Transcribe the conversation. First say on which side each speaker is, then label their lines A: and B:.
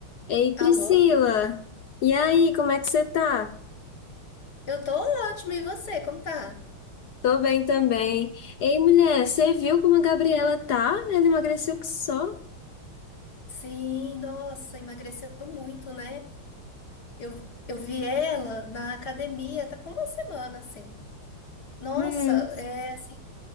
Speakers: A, on the left (about 65°); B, on the left (about 50°).
A: Ei, Priscila!
B: Alô?
A: E aí, como é que você tá?
B: Eu tô ótima, e você? Como tá?
A: Tô bem também. Ei, mulher, você viu como a Gabriela tá? Ela emagreceu que só.
B: Sim, nossa, emagreceu muito, né? Eu, eu vi ela na academia, tá com uma semana, assim. Nossa,
A: Hum,
B: é, assim,